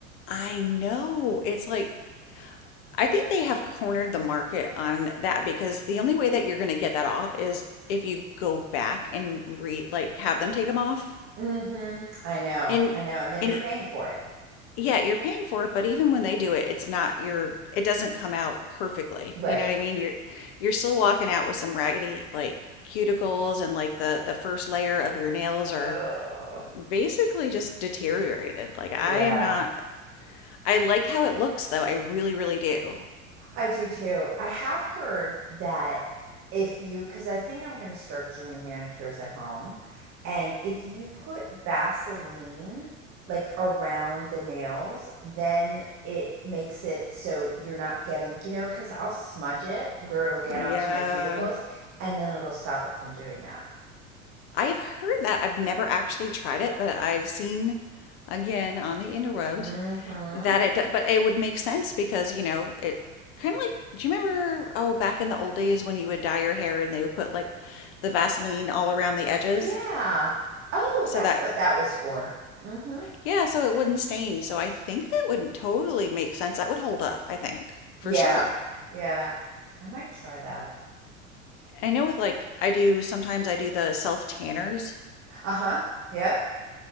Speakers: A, on the left (about 45°); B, on the right (about 35°).
A: I know. It's like I think they have cornered the market on that because the only way that you're going to get that off is if you go back and re like have them take them off.
B: Mm-hmm. I know,
A: And
B: I know. And then
A: and
B: you're
A: e-
B: paying for it.
A: yeah, you're paying for it, but even when they do it, it's not your it doesn't come out perfectly.
B: Right.
A: You know what I mean? You're you're still walking out with some raggedy like cuticles and like the the first layer of your nails are
B: Oh,
A: basically just deteriorated. Like I
B: yeah.
A: am not I like how it looks though. I really, really do.
B: I do too. I have heard that if you, because I think I'm going to start doing manicures at home, and if you put Vaseline like around the nails, then it makes it so you're not getting, you know, because I'll smudge it where it'll get
A: Yeah.
B: onto my cuticles, and then it'll stop it from doing that.
A: I have heard that. I've never actually tried it, but I've seen again on the interwebs
B: Mm-hmm.
A: that it, do- but it would make sense because, you know, it kind of like, do you remember, oh, back in the old days when you would dye your hair and they would put like the Vaseline all around the edges
B: Yeah. Oh,
A: so
B: that's
A: that,
B: what that was for. Mm-hmm.
A: yeah, so it wouldn't stain. So I think that would totally make sense. That would hold up, I think, for
B: Yeah.
A: sure.
B: Yeah. I might try that.
A: I know with like, I do sometimes I do the self tanners
B: Uh-huh. Yep.